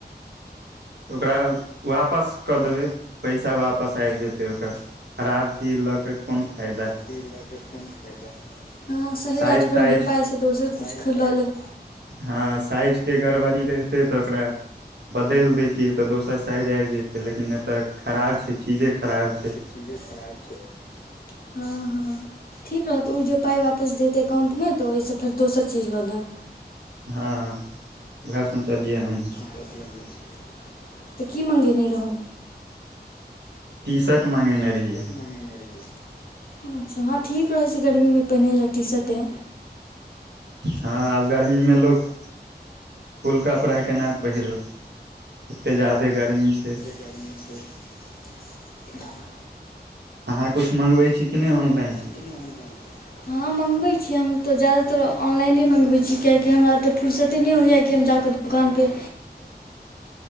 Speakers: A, on the right; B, on the left.
A: ओकरा आब वापस कऽ देबै पैसा वापस आबि जेतै ओकर खराब चीज लऽ कऽ कोन फायदा
B: <unintelligible> हँ सही
A: साइज
B: रहत फेर
A: ताइज
B: उहे पाइसँ दोसर कुछ ख ल लेब
A: हँ साइज के गड़बड़ी रहितै तऽ ओकरा बदलि देैतियै तऽ दोसर साइज आबि जतै लेकिन एत खराब छै चीजे खराब छै
B: चीजे खराब छै हँ हँ ठीक रहत तऽ ओय जे पाइ वापस देत एकाउंटमे तऽ ओहिसँ फेर दोसर चीज लऽ लेब
A: हँ वेएहे सोचलिया हमु
B: कलिी <unintelligible> तऽ की मँगेने रहौं
A: टीशर्ट मँगेने रहियै
B: म नहि रै <unintelligible> अच्छा हँ ठीक रहै छै गर्मी मे पहिन ला टीशर्टे
A: हँ आब गर्मी मे लोठ फूल कपड़ा केना पहिरब एते जादे गरमी छै
B: गर्मीसँ <unintelligible>
A: अहाँ कूछ मँंगबै छी कि नै ऑनलाइन
B: क उै <unintelligible> हँ मँगबै छी हम तऽ जादातर ऑनलाइने मँगबैत छी कियकि हमरा ओते फुरर्सते नहि होइयए कि हम जाकऽ दुकान पे